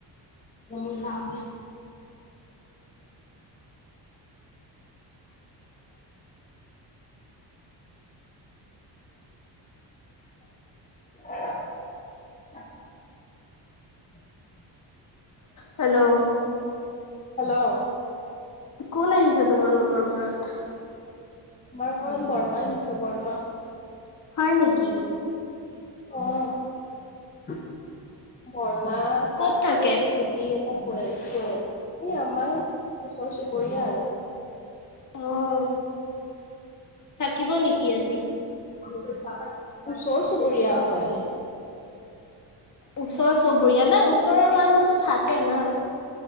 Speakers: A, on the left (about 20°); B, on the left (about 45°).
A: যে নাম অ
B: হেল্ল'
A: হলা
B: কোন আহিছা তোমালোকৰ ঘৰত
A: আমাৰ ঘৰত বৰমা আহিছে বৰমা
B: হয় নেকি
A: অ বৰ মা কাঠৰ ৰেচিপি
B: ক'ত
A: কৈছ
B: থাকে?
A: কৈছ এই আমাৰ ওচৰ চুবুৰীয়া আৰু
B: আহ থাকিব নেকি আজি
A: ওচৰ চুবুৰীয়া হয়
B: ওচৰ চুবুৰীয়া নাই ওচৰৰ মানুহ থাকে না